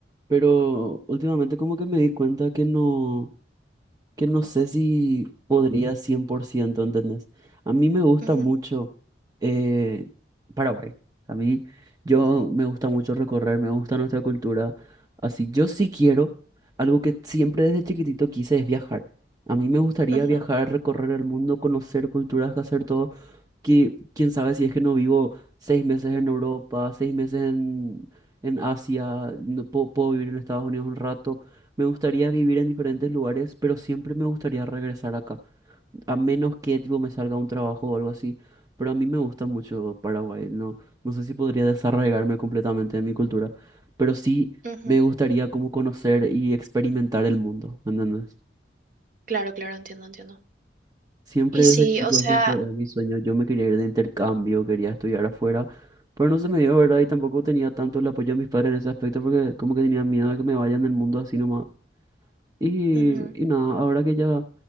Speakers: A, on the right; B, on the right.
A: pero últimamente como que me di cuenta que no. que no sé si podría 100%, ¿entendés? A mí me gusta
B: Ujú,
A: mucho eh, Paraguay. A mí, yo
B: ujú,
A: me gusta mucho recorrer, me gusta nuestra cultura. Así, yo sí quiero, algo que siempre desde chiquitito quise es viajar. A mí me gustaría
B: ujú,
A: viajar, recorrer el mundo, conocer culturas, hacer todo que quién sabe si es que no vivo seis meses en Europa, seis meses en, en Asia, no puedo, puedo vivir en Estados Unidos un rato. Me gustaría vivir en diferentes lugares, pero siempre me gustaría regresar acá, a menos que tipo, me salga un trabajo o algo así. Pero a mí me gusta mucho Paraguay, no, no sé si podría desarraigarme completamente de mi cultura, pero sí
B: ujú.
A: me gustaría como conocer y experimentar el mundo, ¿me ¿entendés?
B: Claro, claro, entiendo, entiendo.
A: Siempre
B: Y
A: desde
B: sí,
A: chico
B: o sea,
A: ese fue mi sueño. Yo me quería ir de intercambio, quería estudiar afuera, pero no se me dio, ¿verdad? Y tampoco tenía tanto el apoyo de mis padres en ese aspecto porque como que tenía miedo de que me vayan del mundo así nomás. Y,
B: Ujú,
A: y nada, ahora que ya